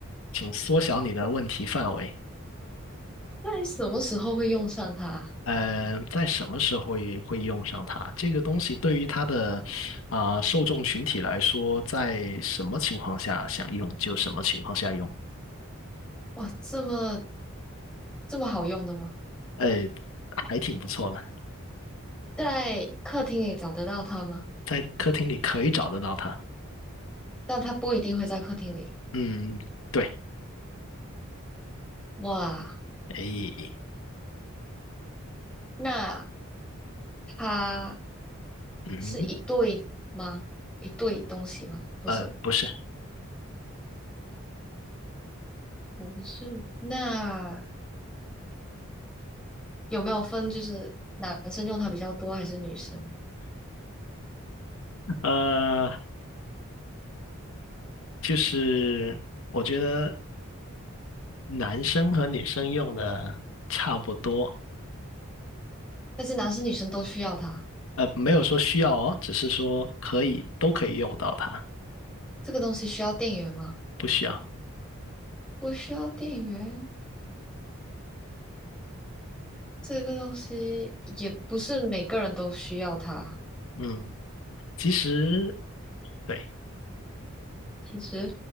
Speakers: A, on the left; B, in the centre.
A: 请缩小你的问题范围。
B: 在什么时候会用上它？
A: 呃，在什么时候也会用上它？这个东西对于它的啊、受众群体来说，在什么情况下想用就什么情况下用，
B: 哇，这么这么好用的吗？
A: 呃，还挺不错的，
B: 在客厅里找得到它吗？
A: 在客厅里可以找得到它。
B: 但它不一定会在客厅里。
A: 嗯，对，
B: 哇，
A: 哎，
B: 那它
A: 嗯，
B: 是一对吗？一对东西吗？不是，
A: 呃，不是，
B: 不是，那有没有分就是男生用它比较多还是女生？
A: 呃，就是我觉得男生和女生用的差不多，
B: 但是男生女生都需要它。
A: 呃，没有说需要哦，只是说可以，都可以用到它，
B: 这个东西需要电源吗？
A: 不需要。
B: 不需要电源。这个东西也不是每个人都需要它。
A: 嗯。其实对，
B: 其实